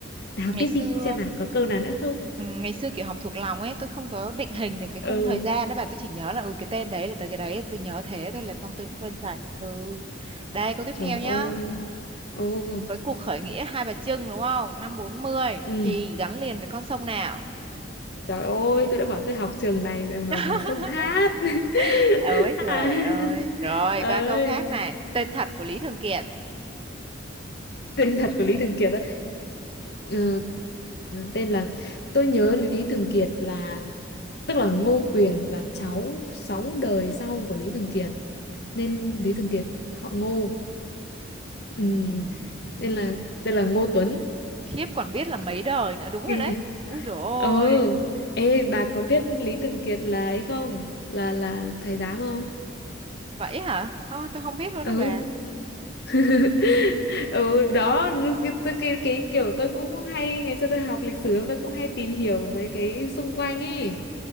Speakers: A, on the left (about 55°); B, on the right (about 30°).
A: nào
B: ngày
A: tiếp
B: xưa
A: đi xem nào có câu nào nữa không
B: Ừ, ngày xưa kiểu học thuộc lòng ấy tôi không có định hình được cái khung
A: ừ
B: thời gian đó bà tôi chỉ nhớ là ừ cái tên đấy là tới cái đấy tôi nhớ thế thôi là xong tôi cũng quên sạch ừ đây
A: <laughs>
B: câu tiếp
A: trời
B: theo nhá
A: ơi ồ
B: với cuộc khởi nghĩa Hai Bà Trưng đúng không năm 40
A: ừ
B: thì gắn liền với con sông nào
A: trời ơi tôi đã bảo tôi học trường này rồi mà
B: <laughs>
A: xông hát
B: ôi
A: <laughs>
B: giời
A: à,
B: ơi rồi
A: ơi
B: qua câu khác này tên thật của Lý Thường Kiệt
A: tên thật của Lý Thường Kiệt Ờ, tên là tôi nhớ Lý Thường Kiệt là tức là Ngô Quyền là cháu sáu đời sau của Lý Thường Kiệt nên Lý Thường Kiệt họ Ngô
B: Ừm,
A: ừ, nên là tên là Ngô Tuấn
B: khiếp còn biết là mấy đời nữa đúng rồi
A: Kỳ-
B: đấy Úi dồi ôi
A: ờ ê bà có biết Lý Thường Kiệt là ấy không là là thầy giám không
B: vậy hả Ờ, tôi không biết luôn
A: ừ
B: đó bà
A: <laughs> ừ đó cái, cái, cái, cái kiểu tôi cũng hay ngày xưa tôi học lịch sử tôi cũng hay tìm hiểu mấy cái xung quanh ấy